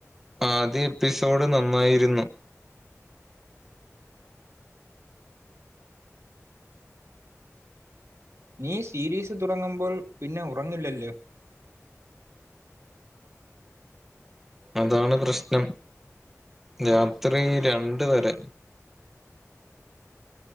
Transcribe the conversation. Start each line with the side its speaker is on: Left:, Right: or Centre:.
Centre: ആദ്യ എപ്പിസോഡ് നന്നായിരുന്നു
Right: നീ സീരീസ് തുടങ്ങുമ്പോൾ പിന്നെ ഉറങ്ങില്ലല്ലോ
Centre: അതാണ് പ്രശ്നം രാത്രി രണ്ട് വരെ